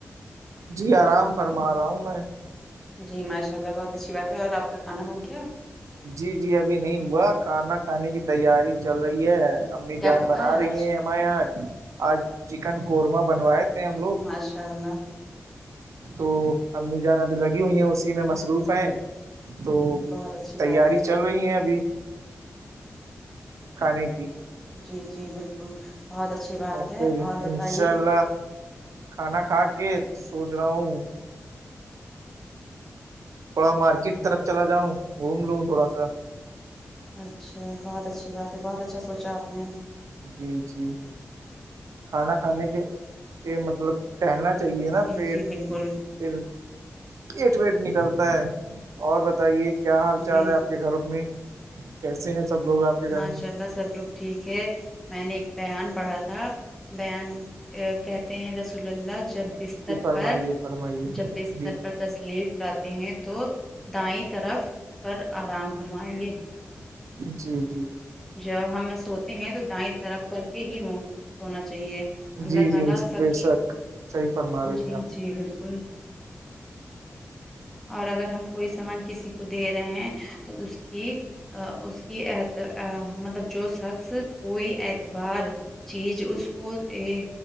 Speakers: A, on the right; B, in the centre.
A: جی آرام فرما رہا ہوں میں
B: جی ماشاء اللہ بہت اچھی بات ہے اور آپ کا کانا ہو گیا
A: جی جی ابھی نہیں ہوا کھانا کھانے کی تیاری چل رہی ہے امی
B: کیا
A: جان
B: پکا
A: بنا
B: ہے
A: رہی
B: آج
A: ہیں ہمارے یہاں آج چکن قورمہ بنوائے تھے ہم لوگ
B: ماشاء اللہ
A: تو امی جانا بھی لگی ہوئی ہیں اس میں
B: جی
A: مصروف ہے تو
B: بہت اچھی
A: تیاری
B: بات ہے
A: چل رہی ہے ابھی کھانے کی
B: جی جی بالکل بہت اچھی بات
A: اور
B: ہے
A: پھر
B: اور
A: انشاء
B: بتائیے
A: اللہ کھانا کھا کے سوچ رہا ہوں تھوڑا مارکیٹ طرف چلا جاؤں گھوم لوں تھوڑا سا
B: اچھا بہت اچھی بات ہے بہت اچھا سوچا آپ نے
A: جی جی کھانا کھانے کے کے مطلب ٹہلنا چاہیے نا
B: جی
A: پیٹ
B: جی بالکل
A: پھر ایٹ ویٹ نکلتا ہے اور بتائیے کیا حال چال
B: جی
A: ہے آپ کے گھروں میں کیسے ہیں سب لوگ آپ کے گھر
B: ماشاء
A: میں
B: اللہ سب لگ ٹھیک ہے میں نے ایک بیان پڑھا تھا بیان کہتے ہیں رسول اللہ جب استر
A: جی فرمائیے
B: پر
A: فرمائیے
B: جب بستتر
A: جی
B: پر تسلیف کراتے ہیں تو دائیں طرف پر آرام فرمائیے
A: جی جی
B: جب ہم سوتے ہیں تو دائیں طرپ کر کے ہی وہ سونا چاہیے اللہ
A: جی
B: تعالی
A: جی
B: سی
A: بے شک صحیح فرما رہی
B: جی
A: ہیں آپ
B: جی بالکل <unintelligible> اور اگر ہم کوئی سامان کسی کو دے رہے ہیں تو اس کی ا اس کی مطلب جو شخص کوئی اعتبار چیز اس کو ا